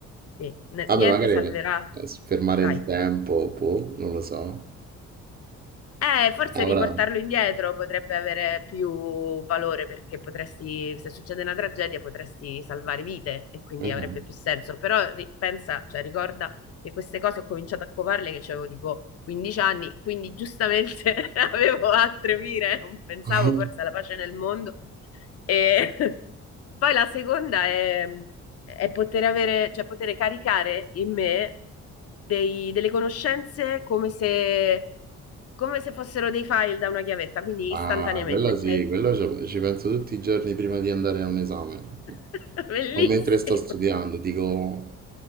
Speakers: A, on the left (about 55°); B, on the right (about 30°).
A: sì, ne-
B: Vabbè,
A: niente
B: magari
A: salverà.
B: eh, fermare
A: Vai.
B: il tempo, può, non lo so.
A: Eh, forse
B: Avrà.
A: riportarlo indietro potrebbe avere più valore perché potresti, se succede una tragedia, potresti salvare vite e quindi
B: Mhm.
A: avrebbe più senso. Però ri- pensa, cioè ricorda che queste cose ho cominciato a covarle che avevo tipo 15 anni, quindi giustamente <laughs> avevo altre mire, non pensavo
B: <laughs>
A: forse alla pace nel mondo e <laughs> poi la seconda è, è poter avere, cioè poter caricare in me dei- delle conoscenze come se, come se fossero dei file da una chiavetta, quindi
B: Ah,
A: istantaneamente,
B: quello
A: cioè
B: sì, quello ci ci penso tutti i giorni prima di andare a un esame.
A: <laughs> bellissimo.
B: O mentre sto studiando, dico,